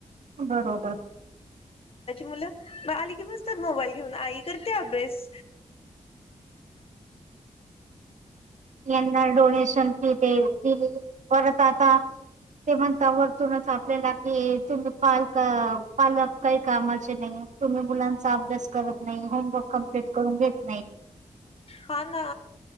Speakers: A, on the right; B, on the left.
A: बरोबर
B: मु आली की बस मोबाईल घेऊन आई करते अभ्यास
A: यांना डोनेशन फी दे दिली परत आता ते म्हणता वतूनच आपल्याला कि तुम्ही पालक पालक काही कामाचे नाही तुम्ही मुलांचा अभ्यास करत नाही होमवर्क कम्प्लीट करून घेत नाही
B: हा ना